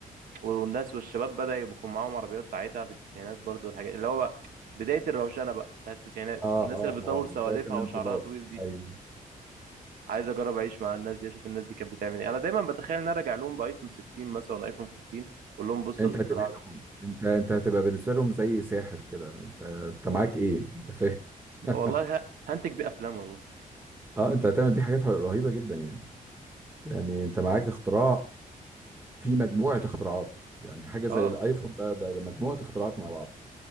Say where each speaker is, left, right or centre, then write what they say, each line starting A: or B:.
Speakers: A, on the right; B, on the right.
A: والناس والشباب بدأ يكون معاهم عربيات ساعتها في التسعينات برضو والحاجات اللي هو بقى بداية الروشنة بقى بتاع التسعينات
B: اه
A: الناس
B: اه
A: اللي بتطول
B: اه
A: سوالفها
B: بداية الانقلاب
A: وشعرها طويل دي
B: ايوه
A: عايز اجرب اعيش مع الناس دي اشوف الناس دي كانت بتعمل ايه انا دايما بتخيل ان انا ارجع لهم بايفون 60 مثلا ولا ايفون 15 اقول لهم بصوا
B: انت
A: الاختراع
B: هتبهرهم
A: ده
B: انت انت هتبقى بالنسبه لهم زي ساحر كده انت انت معاك ايه انت فاهم
A: والله
B: <laughs>
A: ه- هنتج بيه افلام والله
B: اه انت هتعمل بيه حاجات رهيبه جدا يعني يعني انت معاك اختراع في مجموعه اختراعات يعني حاجه زي
A: اه
B: الايفون ده ده, ده مجموعه اختراعات مع بعض